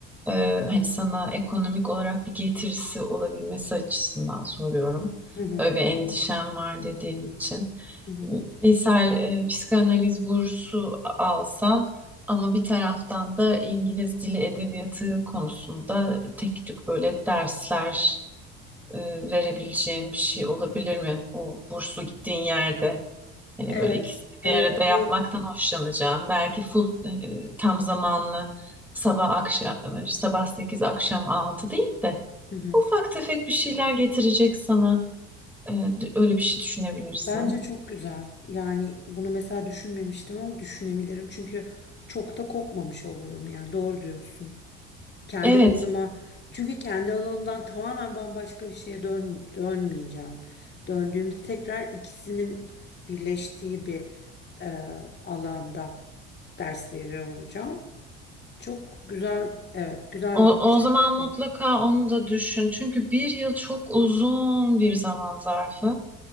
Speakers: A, in the centre; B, on the left (about 30°).
A: Ee, hani sana ekonomik olarak bir getirisi olabilmesi açısından soruyorum.
B: Hı hı.
A: Öyle bir endişem var dediğin için.
B: Hı hı.
A: Misal e, psikanaliz bursu alsan ama bir taraftan da İngiliz dili edebiyatı konusunda tek tük böyle dersler e, verebileceğin bir şey olabilir mi? O burslu gittiğin yerde hani
B: Evet,
A: böyle ikisini
B: evet
A: bir arada yapmaktan
B: bu
A: hoşlanacağım. Belki full e, tam zamanlı sabah akşam sabah 8 akşam 6 değil de
B: hı hı.
A: ufak tefek bir şeyler getirecek sana. E, d- öyle bir şey düşünebilirsin.
B: Bence çok güzel. Yani bunu mesela düşünmemiştim ama düşünebilirim. Çünkü çok da kopmamış olurum yani. Doğru diyorsun. Kendi
A: Evet.
B: alanıma çünkü kendi alanımdan tamamen bambaşka bir şeye dön, dönmeyeceğim. Döndüğümde tekrar ikisinin birleştiği bir e, alanda ders veriyor olacağım. Çok güzel, evet, güzel
A: O,
B: bir bakış
A: o zaman
B: açısı.
A: mutlaka onu da düşün. Çünkü bir yıl çok uzun bir zaman zarfı.